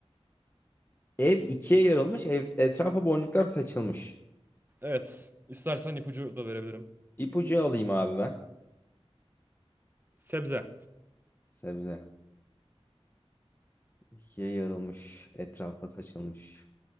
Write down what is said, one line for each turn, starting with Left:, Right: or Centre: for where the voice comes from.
Left: Ev ikiye yarılmış. Ev etrafa boncuklar saçılmış.
Right: Evet. İstersen ipucu da verebilirim.
Left: İpucu alayım abi ben.
Right: Sebze.
Left: Sebze. İkiye yarılmış. Etrafa saçılmış.